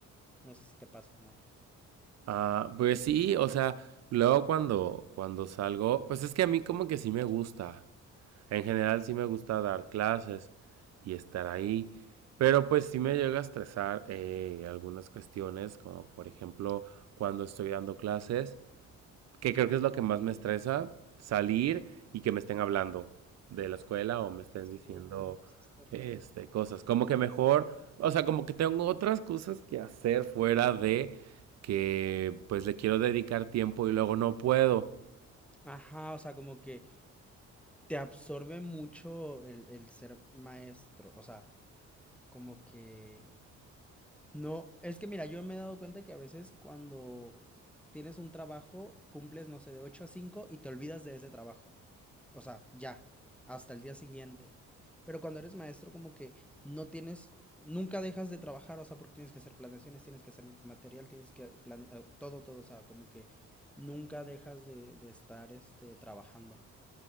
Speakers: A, in the centre; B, on the right.
A: no sé si te pase, no.
B: ah, pues sí, o sea, luego cuando, cuando salgo, pues es que a mí como que sí me gusta. En general sí me gusta dar clases y estar ahí, pero pues sí me llega a estresar eh, algunas cuestiones, como por ejemplo cuando estoy dando clases, que creo que es lo que más me estresa, salir y que me estén hablando de la escuela o me estén
A: Sí,
B: diciendo
A: sí, sí, es terrible.
B: este, cosas. Como que mejor, o sea, como que tengo otras cosas que hacer fuera de que pues le quiero dedicar tiempo y luego no puedo.
A: Ajá, o sea, como que te absorbe mucho el, el ser maestro, o sea, como que no, es que mira, yo me he dado cuenta que a veces cuando tienes un trabajo, cumples, no sé, de 8 a 5 y te olvidas de ese trabajo, o sea, ya, hasta el día siguiente. Pero cuando eres maestro, como que no tienes, nunca dejas de trabajar, o sea, porque tienes que hacer planeaciones, tienes que hacer material, tienes que planear, todo, todo, o sea, como que nunca dejas de, de estar, este, trabajando.